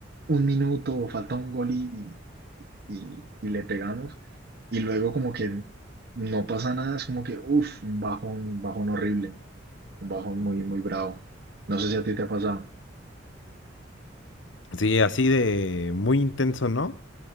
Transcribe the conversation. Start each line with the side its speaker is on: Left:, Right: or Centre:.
Right: un minuto o falta un gol y, y, y le pegamos y luego como que no pasa nada, es como que, uff, un bajón, un bajón horrible, un bajón muy, muy bravo. No sé si a ti te ha pasado,
Left: Sí, así de muy intenso, ¿no?